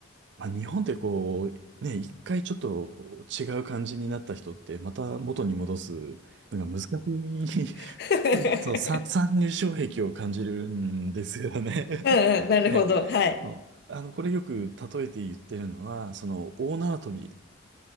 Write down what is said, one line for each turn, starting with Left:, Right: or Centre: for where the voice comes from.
Right: まあ、日本ってこう、ね、一回ちょっとこう違う感じになった人って、また元に戻すのが難しい、
Left: <laughs>
Right: <laughs> そう、さ参入障壁を感じるんですよね。
Left: うんうん、
Right: <laughs>
Left: なるほど。
Right: ね、
Left: はい。
Right: そうあの、これよく例えて言ってるのは、その、大縄跳び